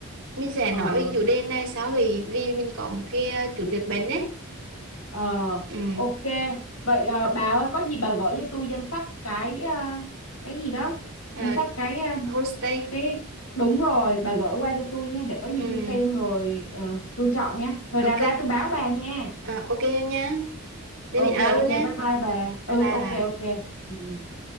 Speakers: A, on the right (about 60°); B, on the left (about 75°).
A: mình sẽ
B: ờ,
A: nói về cái chủ đề này sau vì vì mình có một cái ờ, chút việc bận đấy
B: ờ,
A: ừ.
B: ok vậy ờ, bà ơi có gì bà gửi cho tôi danh sách cái ờ, cái gì đó danh
A: à,
B: sách cái ờ,
A: homestay
B: cái đúng rồi bà gửi qua cho tôi nha để có gì
A: Ừ,
B: tôi xem rồi ờ, tôi chọn nha rồi
A: ok.
B: nào ra tôi báo bà nha
A: À, ok em nhá. Thế mình
B: ok
A: out luôn
B: ok
A: nhá.
B: bye bye bà ừ
A: Bye bye
B: ok
A: bà.
B: ok ừ. ừ.